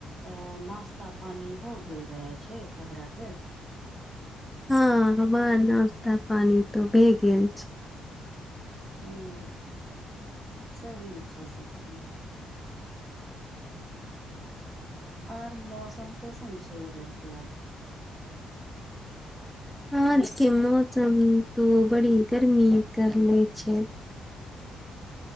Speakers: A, on the right; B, in the centre.
A: तऽ नाश्ता पानि हो गेल रहै छै तोहरा के
B: हँ हमर नश्ता पानी त भए गेल छै
A: हूँ सही छै सभ चीज आर मौसम कैसन छै उधर कि आज
B: आज के मौसम तो बड़ी गर्मी कले छै